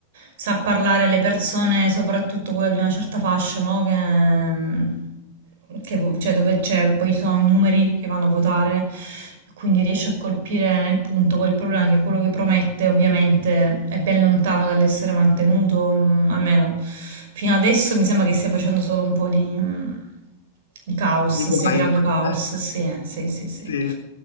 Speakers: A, on the right; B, on the left.
A: sa parlare alle persone, soprattutto quelle di una certa fascia, no? Che, mm, che vo- cioè, dove c'è, poi ci sono i numeri che vanno a votare, quindi riesce a colpire nel punto. Poi il problema è che quello che promette ovviamente è ben lontano dall'essere mantenuto, mm, almeno fino adesso mi sembra che stia facendo solo un po' di... mm, il caos,
B: Di guai.
A: stia creando caos,
B: Eh.
A: sì, eh, sì, sì, sì.
B: Sì.